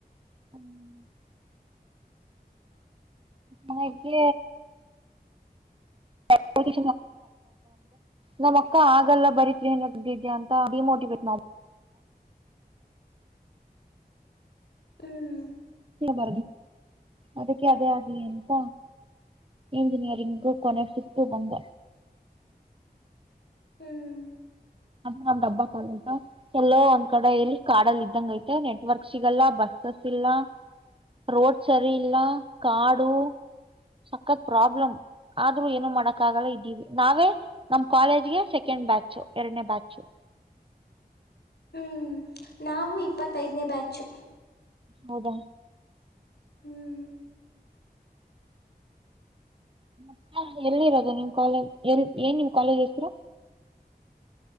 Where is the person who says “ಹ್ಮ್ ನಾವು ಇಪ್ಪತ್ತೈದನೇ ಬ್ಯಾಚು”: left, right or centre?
Left